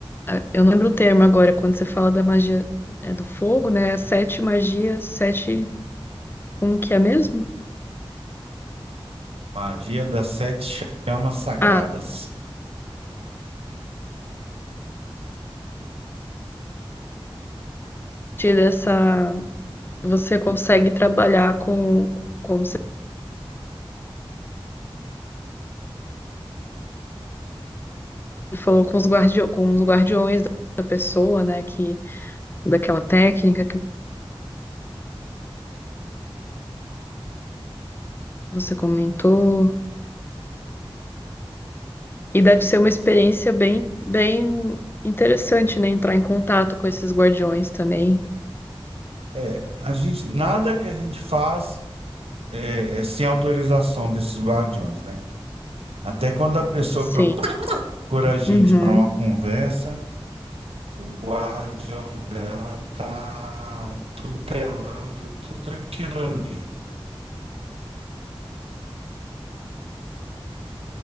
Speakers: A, on the left; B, on the right.
A: a- eu não lembro o termo agora, quando você fala da magia é, do fogo, né? Sete magias, sete. Como que é mesmo?
B: Magia das sete chamas sagradas.
A: Ah, a partir dessa. Você consegue trabalhar com, como você falou, com os guardiões, com os guardiões da pessoa, né? Que, daquela técnica que você comentou. E deve ser uma experiência
B: Sim.
A: bem, bem interessante, né? Entrar em contato com esses guardiões também.
B: É, a gente, nada que a gente faz é, é sem autorização desses guardiões, né? Até quando a pessoa
A: Sim.
B: procura a gente
A: Uhum.
B: para uma conversa, o guardião dela está tutelando tudo aquilo ali.